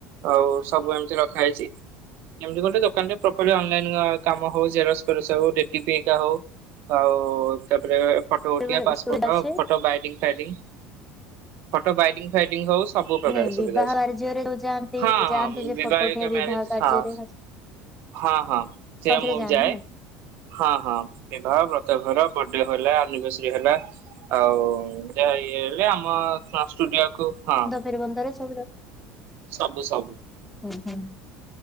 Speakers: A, on the right (about 60°); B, in the centre.
A: ଆଉ ସବୁ ଏମତି ରଖାହଇଛି। ଏମିତି ଗୋଟେ ଦୋକାନ ଟେ ପ୍ରପଲି ଅନ୍ ଲାଇନ୍ କାମ ହେଉ ଜେରକ୍ସ ଫେରକ୍ସ ଯୋଉ ଡ଼ିଟିପି ଏକା ହୋଉ। ଆଉ ତାପରେ ଫଟୋ
B: ଷ୍ଟୁଡିଓରେ
A: ଉଠେଇବା ପାପୋର୍
B: ଅଛି
A: ଫଟ ବାଇଡିଂ ଫାଇଢିଂ ଫଟ ବାଇଡିଂ ଫାଇଢିଂ ହୋଉ ସବୁ ପ୍ରକାର
B: ନାଇଁ
A: ସୁବିଧା
B: ବିବାହ
A: ଅଛି
B: କାର୍ଯ୍ୟରେ ଯୋଉ ଯାଆନ୍ତି
A: ହଁ
B: ଯାଆନ୍ତି
A: ହଁ ମୁଁ
B: ଯେ
A: ବିବାହିକ
B: ଫଟୋ ଉଠେଇବା ବିବାହ
A: ମ୍ୟରେଜ
B: କାର୍ଯ୍ୟରେ
A: ହ ହଁ ହଁ ସେ
B: ସବୁଥିରେ
A: ମୁଁ
B: ଯାଆନ୍ତି
A: ବି ଯାଏ।
B: ନା।
A: ହଁ ହଁ ବିବାହ ବ୍ରତ ଘର ବଡେ ହେଲା ଆନିଭର୍ଶରି ହେଲା। ଆଉ ଯ ଇଏ ହେଲେ ଆମ ସ୍ଡୂଡିଓ କୁ ହଁ।
B: ଫେର ବନ୍ଦର ସବ <unintelligible>
A: ସବୁ ସବୁ।
B: ହୁଁ ହୁଁ।